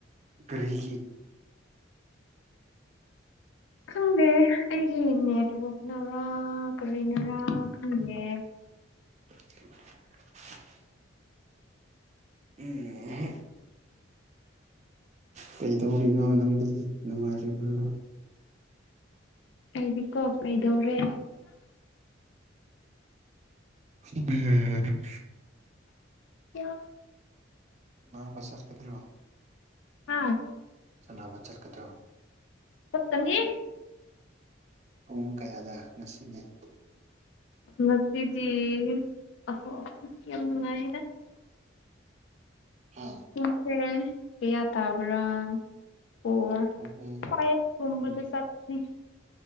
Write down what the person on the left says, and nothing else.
ꯈꯪꯗꯦ ꯑꯩꯒꯤ ꯅꯦꯠꯋꯥꯛꯅꯔꯥ ꯀꯔꯤꯅꯔꯥ ꯈꯪꯗꯦ
ꯑꯩꯀꯣꯄꯩꯗꯧꯔꯦ
ꯀ
ꯑꯥ
ꯆꯞꯀꯝꯒꯤ
ꯅꯁꯦꯗꯤ ꯑꯣ ꯌꯥꯝ ꯅꯨꯡꯉꯥꯏꯔ
ꯍꯁꯦ ꯀꯌꯥ ꯇꯥꯕ꯭ꯔꯥ ꯑꯣ
ꯐꯥꯏ ꯔꯝ
ꯃ ꯆꯅꯤ